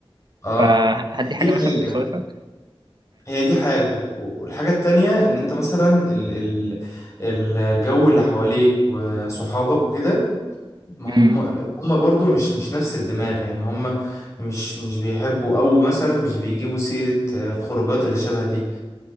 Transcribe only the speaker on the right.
فهل دي حاجة
مثلا
بتخوفك؟
ايوه